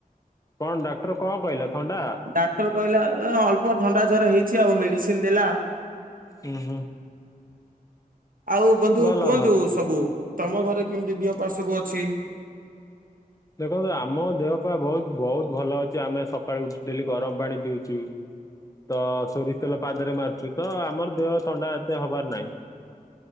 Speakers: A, on the left; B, on the right.
A: କଣ ଡାକ୍ତର କଣ କହିଲା ଥଣ୍ଡା?
B: ଡାକ୍ତର କହିଲା ଏ ହେ ଅଳ୍ପ ପ ଥଣ୍ଡା ଜର ହେଇଛି ଆଉ ମେଡିସିନ ଦେଲା।
A: ହୁଁ ହୁଁ।
B: ଆଉ ବନ୍ଧୁ
A: ଭଲ
B: କୁହନ୍ତୁ
A: ଭଲ।
B: ସବୁ ତମ ଘରେ କେମିତି ଦିହ ପାହା ସବୁ ଅଛି।
A: ଦେଖନ୍ତୁ ଆମ ଦେହ ପାହା ବହୁତ୍ ବହୁତ୍ ଭଲ ଅଛି ଆମେ ସକାଳୁ ଉଠ ଡେଲି ଗରମ ପାଣି ପିଉଚୁ। ତ ସନ୍ଧି ତ ପାଦରେ ମାରୁଛି ତ ଆମର ଦେହ ଥଣ୍ଡା ଏତେ ହବାର ନାହିଁ।